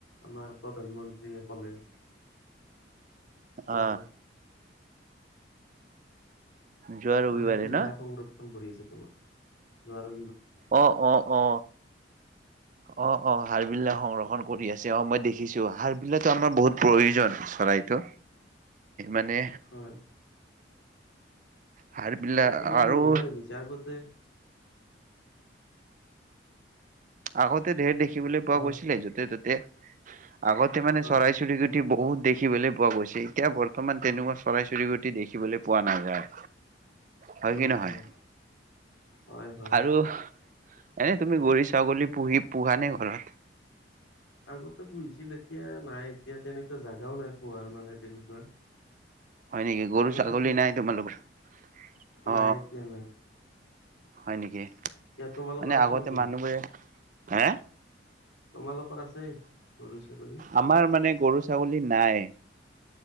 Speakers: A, on the left; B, on the right.
A: আমাৰ প্ৰধানমন্ত্ৰীয়ে ক'লে হয়
B: আহ। যোৱা ৰবিবাৰে
A: মানে তিলাই
B: ন
A: সংৰক্ষণ কৰি আছে তোমাৰ জোৱাৰ
B: অ, অ, অ, অ, অ হাল বিলাক সংৰক্ষণ কৰি আছে অ মই দেখিছো হাৰ বিলাকো আমাৰ বহুত প্ৰয়োজন চৰাইটো মানে
A: হয়
B: সাৰ বিলাক
A: এইটো মানে
B: আৰু
A: নোহোৱা হৈ গৈছে আগতে
B: আগতে ধেৰ দেখিবলৈ পোৱা
A: কোৱা
B: গৈছিলে য'তে ত'তে আগতে মানে
A: হয়
B: চৰাই চিৰিকুটি বহুত দেখিবলে পোৱা গৈছে। এতিয়া বৰ্তমান তেনেকুৱা চৰাই চিৰিকু দেখিবলৈ পোৱা নাযায়। হয়
A: নাচায়
B: কি নহয়
A: হয় হয়
B: আৰু এনে তুমি গৰিছ <unintelligible> ছাগলী পুহি পোহা নে ঘৰত
A: আগতে পুহিছিল এতিয়া নাই এতিয়া তেনেকুৱা জাগাও নাই পোহাৰ মানে তেনেকুৱা
B: হয় নেকি গৰু
A: আগতে
B: ছাগলী
A: পুহিছিল
B: নাই তোমালোকৰ অ
A: নাই এতিয়া নাই
B: হয় নেকি
A: এতিয়া তোমালোকৰ
B: মানে
A: আছে
B: আগতে
A: নেকি
B: মানুহবোৰে হে
A: তোমালোকৰ আছে গৰু ছাগলী
B: আমাৰ মানে গৰু ছাগলী নাই।